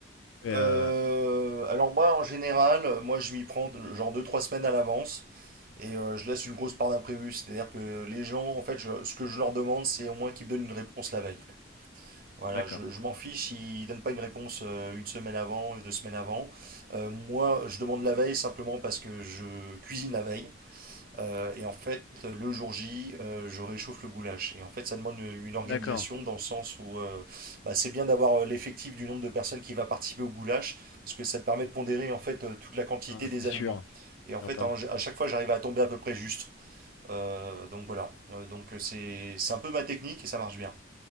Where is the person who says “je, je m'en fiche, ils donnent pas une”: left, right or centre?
Right